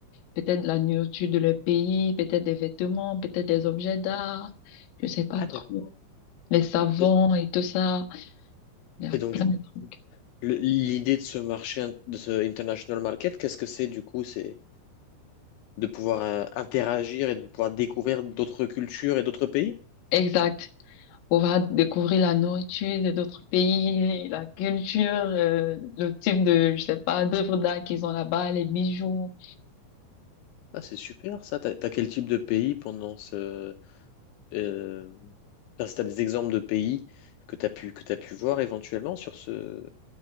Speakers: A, on the left (about 60°); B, on the left (about 75°).
A: peut-être de la nourriture de leur pays, peut-être des vêtements, peut-être des objets d'art, je sais pas
B: Ah,
A: trop,
B: d'accord.
A: les savons
B: Et,
A: et tout ça. Il y a
B: et donc,
A: plein
B: du,
A: de trucs.
B: le- l'idée de ce marché, in- de ce international market, qu'est-ce que c'est du coup? C'est de pouvoir euh, interagir et de pouvoir découvrir d'autres cultures et d'autres pays?
A: Exact. pouvoir découvrir la nourriture de d'autres pays, la culture, euh, le type de, je sais pas, d'œuvres d'art qu'ils ont là-bas, les bijoux.
B: Ah, c'est super ça. T'as, t'as quel type de pays pendant ce. Euh, enfin, si t'as des exemples de pays que t'as pu, que t'as pu voir éventuellement sur ce.